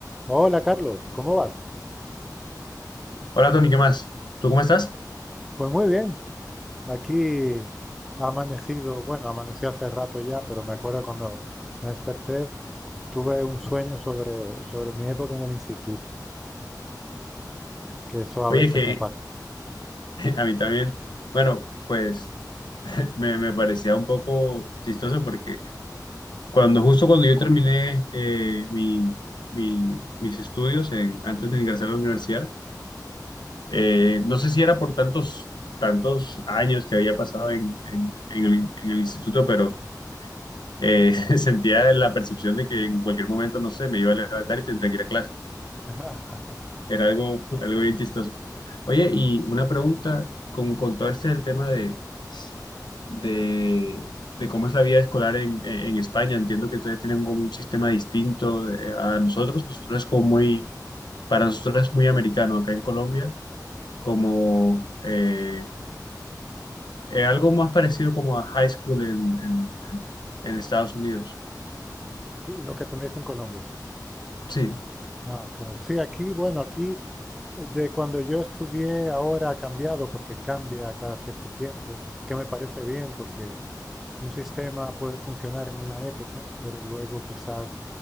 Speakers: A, in the centre; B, on the left.
A: Hola Carlos, ¿cómo vas?
B: Hola Tony, ¿qué más? ¿Tú cómo estás?
A: Pues muy bien, aquí ha amanecido, bueno, amanecí hace rato ya, pero me acuerdo cuando me desperté, tuve un sueño sobre, sobre mi época en el instituto, que eso a
B: Oye,
A: veces
B: que
A: me pasa.
B: <laughs> a mí también, bueno, pues <laughs> me, me parecía un poco chistoso porque cuando justo cuando yo terminé eh, mi- mi- mis estudios en- antes de ingresar a la universidad, eh, no sé si era por tantos, tantos años que había pasado en, en- en el, en el instituto, pero eh, <laughs> sentía la percepción de que en cualquier momento, no sé, me iba a levantar y tendría que ir a clase.
A: Ajá,
B: Era algo, <laughs> algo bien chistoso. Oye, y una pregunta con, con todo este el tema de, de, de cómo es la vida escolar en, en España. Entiendo que ustedes tienen como un sistema distinto de- a nosotros. Nosotros es como muy, para nosotros es muy americano acá en Colombia, como eh, eh, algo más parecido como a high school en, en, en Estados Unidos.
A: Lo que tenéis en Colombia.
B: Sí,
A: Ah, claro. Sí, aquí, bueno, aquí eh, de cuando yo estudié ahora ha cambiado porque cambia cada cierto tiempo, que me parece bien porque Un sistema puede funcionar en una época, pero luego quizás